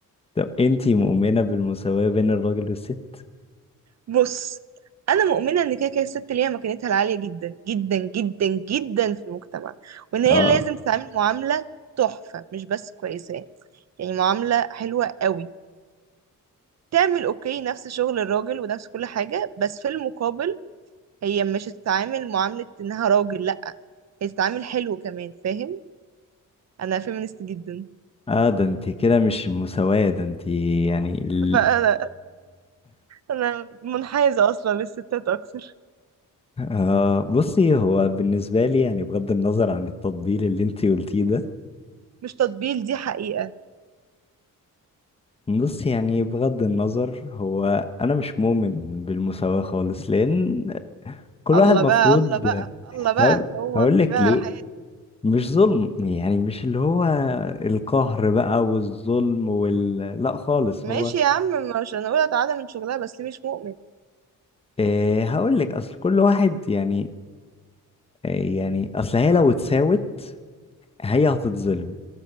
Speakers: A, on the left; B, on the right.
A: طب انت مؤمنة بالمساواة بين الراجل والست
B: بص انا مؤمنه ان كده كده الست ليها مكانتها العاليه جدا جدا جدا جدا في المجتمع وان هي
A: اه
B: لازم تتعامل معامله تحفه مش بس كويسه يعني معامله حلوه قوي تعمل اوكي نفس شغل الراجل ونفس كل حاجه بس في المقابل هي مش هتتعامل معاملة انها راجل لأ هي تتعامل حلو كمان فاهم انا فيمينست جدا
A: اه ده انت كده مش المساواة ده انت يعني ال...
B: فانا انا منحازة اصلا للستات اكتر
A: آه بصي هو بالنسبة لي يعني بغض النظر عن التطبيل اللي انت قلتيه ده
B: مش تطبيل دي حقيقة
A: بصي يعني بغض النظر هو انا مش مؤمن بالمساواة خالص لان كل
B: الله
A: واحد مفروض
B: بقى الله بقى الله بقى
A: هقول
B: هو
A: هقول
B: بيبان
A: لك ليه
B: على حياتي
A: مش ظلم يعني مش اللي هو القهر بقى والظلم وال لا خالص
B: ماشي
A: هو
B: يا عم مش انا اقول تعالى من شغلها بس ليه مش مؤمن
A: إيه هقول لك اصل كل واحد يعني إيه يعني اصل هي لو اتساوت هي هتتظلم